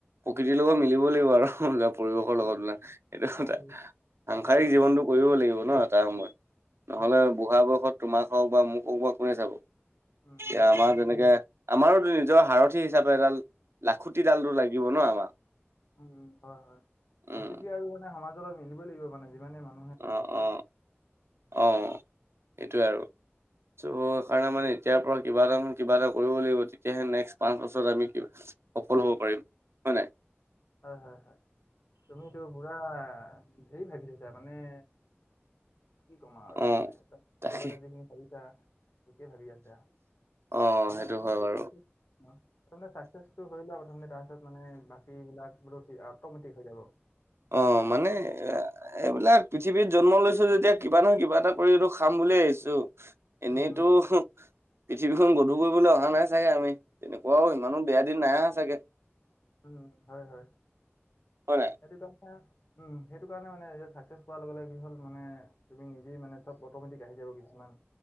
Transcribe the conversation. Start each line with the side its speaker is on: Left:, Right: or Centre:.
Right: প্ৰকৃতিৰ লগত মিলিব লাগিব আৰু। পৰিৱেশৰ
Left: উম
Right: লগত
Left: উম,
Right: মিলাই সেইটো কথা,
Left: প্ৰকৃতি
Right: সাংসাৰিক
Left: অ
Right: জীৱনটো
Left: প্ৰকৃতি
Right: কৰিব লাগিব ন। নহ'লে
Left: উম উম
Right: বুঢ়া বয়সত তোমাক হওঁক বা মোক হওঁক বা কোনে চাব। এতিয়া
Left: উম উম প্ৰকৃতি
Right: আমাৰ যেনেকে-
Left: আৰু
Right: আমাৰোতো নিজৰ হাৰথি হিচাপে এডাল লাখুটিডালো লাগিব ন আমাক।
Left: উম, উম, হয়, হয়।
Right: উম
Left: প্ৰকৃতি আৰু মানে সমাজৰ লগত অলপ মিলিবই লাগিব মানে যিমানেই মানুহ
Right: অ অ অ' সেইটোৱে আৰু। ত' সেইকাৰণে মানে এতিয়াৰ পৰা কিবা এটা নহয় কিবা এটা কৰিব লাগিব তেতিয়াহে নেক্সট পাঁচ বছৰত আমি সফল হ'ব পাৰিম হয় নাই?
Left: হয় হয় হয়। তুমিতো পুৰা ধেই ভাবি থৈছা মানে কি কম আৰু
Right: অ
Left: মানে, তাত
Right: তাকে
Left: তুমি মানে যিখিনি ভাবিছা ঠিকে ভাবি আছা,
Right: অ
Left: মানে
Right: সেইটো
Left: সফল
Right: হয় বাৰু
Left: এইটো মানে ছাক্সেচ টো হৈ লোৱা প্ৰথমতে তাৰপিছত মানে বাকী বিলাক বোলো অটমেটিক হৈ যাব।
Right: অ মানে এ এইবিলাক পৃথিৱীত জন্ম লৈছো যেতিয়া কিবা নহয় কিবা এটা কৰিতো খাম বুলিয়ে আহিছো
Left: উম
Right: এনেইতো
Left: উম
Right: পৃথিৱীখন গধুৰ কৰিবলৈ অহা নাই চাগে আমি তেনেকোৱাও ইমানো বেয়া দিন নাই আহা চাগে।
Left: উম হয় হয়,
Right: হয় নাই
Left: সেইটো কাৰণ উম সেইটো কাৰণে মানে চাকচেছ পোৱাৰ লগে লগে কি হ'ল মানে তুমি নিজেই মানে ত' অটমেটিক আহি যাব কিছুমান